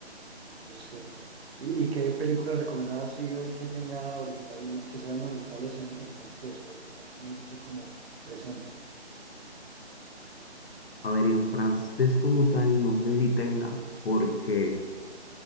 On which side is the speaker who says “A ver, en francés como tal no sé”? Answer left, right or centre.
Left